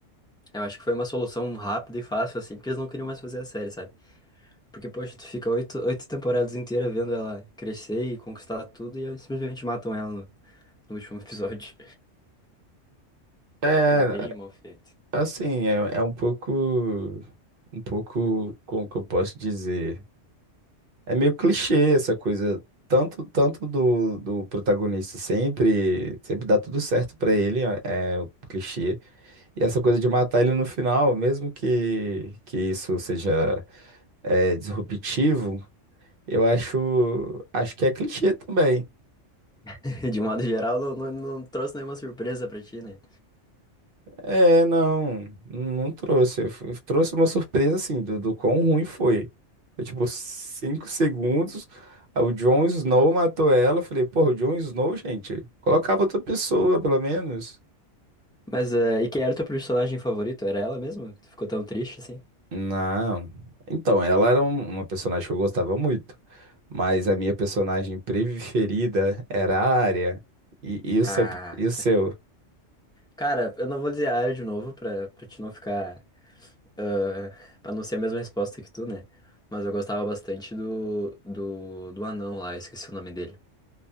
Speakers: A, in the centre; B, on the right.
A: Eu acho que foi uma solução rápida e fácil, assim, porque eles não queriam mais fazer a série, sabe? Porque, poxa, tu fica oito, oito temporadas inteiras vendo ela crescer e conquistar tudo e aí simplesmente matam ela no, no último episódio. <laughs>
B: é
A: Achei bem mal feito.
B: Assim, é, é um pouco, um pouco, como que eu posso dizer? É meio clichê essa coisa, tanto, tanto do, do protagonista sempre, sempre dá tudo certo pra ele, é é o clichê. E essa coisa de matar ele no final, mesmo que, que isso seja é, disruptivo, eu acho, acho que é clichê também.
A: <laughs> De um modo geral, não, não, não trouxe nenhuma surpresa pra ti, né?
B: É, não, não trouxe. Eu fui- trouxe uma surpresa, assim, do, do quão ruim foi. Foi tipo cinco segundos, aí o Jon Snow matou ela. Eu falei, porra, o Jon Snow, gente, colocava outra pessoa, pelo menos.
A: Mas, eh, e quem era o teu personagem favorito? Era ela mesmo? Que Tu ficou tão triste, assim?
B: Não. Então, ela era um- uma personagem que eu gostava muito, mas a minha personagem preferida era a Arya. E, e o
A: Ah,
B: seu, e o seu?
A: cara, eu não vou dizer a área de novo pra, pra te não ficar ah, pra não ser a mesma resposta que tu, né? Mas eu gostava bastante do, do, do anão lá, eu esqueci o nome dele.